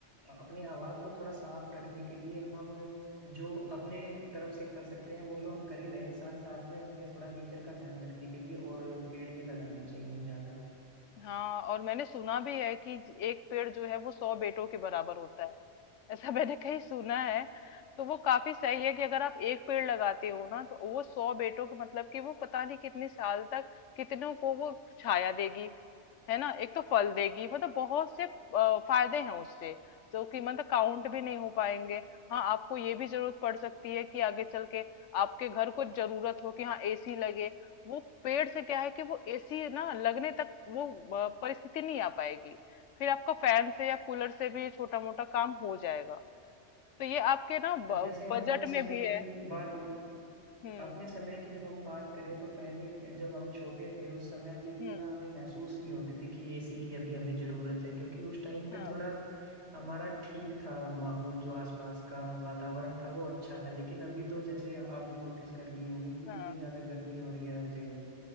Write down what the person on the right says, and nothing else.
अपने हवा को थोड़ा साफ रखने के लिए हम जो अपने तरफ से कर सकते हैं वो तो हम कर ही रहे हैं साथ साथ में हमें थोड़ा नेचर का ध्यान रखने के लिए और पेड़ भी लगाने चाहिए ज्यादा
जैसे हम
अपने
समय
की
बात
अपने समय की जब हम बात करें तो पहले के- जब हम छोटे थे उस समय पे इतना
हमें महसूस नहीं होती थी कि एसी की अभी हमें जरूरत है क्योंकि उस टाइम
पे थोड़ा हमारा ठीक था माहौल जो आसपास का वातावरण था वो अच्छा था लेकिन अभी तो जैसे आप भी नोटिस कर रही होंगी कि
इतनी ज्यादा गर्मी हो रही है हर जगह